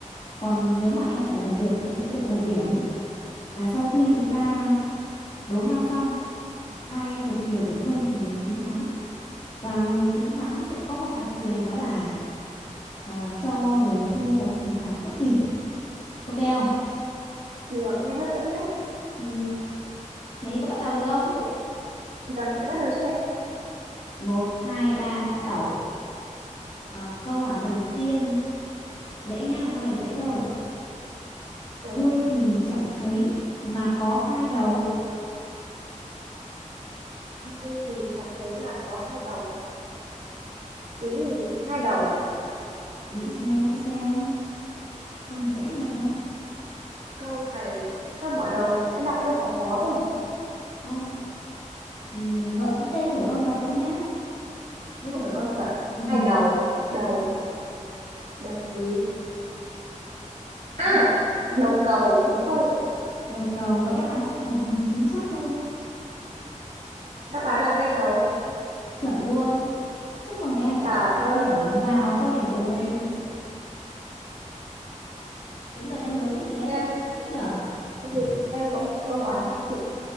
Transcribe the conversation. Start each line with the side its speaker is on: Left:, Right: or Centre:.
Left: Còn nếu mà em trả lời được thì em sẽ được một điểm. À, sau khi chúng ta đố nhau xong, ai được nhiều điểm hơn thì người đấy chiến thắng. Và người chiến thắng sẽ có một đặc quyền đó là à, cho người thua một hình phạt bất kỳ. Ok không?
Right: Được, nghe hấp dẫn đấy.
Left: Ừ, thế có bắt đầu được không?
Right: Thế, được, chị bắt đầu trước đây.
Left: Một, hai, ba, bắt đầu. Ờ, câu hỏi đầu tiên dễ nha, câu này dễ thôi.
Right: Ủa,
Left: Đuôi thì chẳng thấy mà có hai đầu
Right: vui thì chẳng thấy mà có hai đầu. Cái gì hai đầu nhỉ?
Left: Nghĩ xem, nghĩ xem. Câu này dễ mà.
Right: Câu này, sao mở đầu mà chị đã đặt câu hỏi khó thế?
Left: Ô, ừm, gợi ý đây không phải con vật đâu nhá. Đây
Right: Không
Left: không phải
Right: phải
Left: con
Right: con
Left: vật.
Right: vật.
Left: Ừ.
Right: Hai đầu, đầu,
Left: ừ.
Right: đầu gì? À,
Left: Cái gì có
Right: đầu
Left: hai
Right: cầu,
Left: đầu
Right: đúng không?
Left: đầu cầu. Vậy đáp án sẽ là gì thì chính xác hơn.
Right: Đáp án là cây cầu.
Left: Chuẩn luôn. Chúc mừng em đã
Right: Trời
Left: cộng một
Right: ơi,
Left: điểm vào kho điểm của mình. Đến lượt em đố chị đấy.
Right: em,
Left: Nghĩ đố chưa?
Right: thế thì em có một câu hỏi hỏi chị.